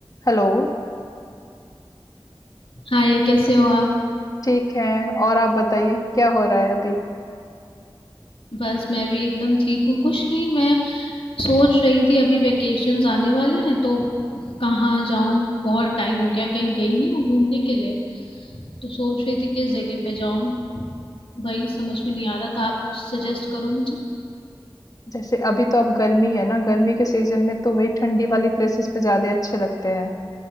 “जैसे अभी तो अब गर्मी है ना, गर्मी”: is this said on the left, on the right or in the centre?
Left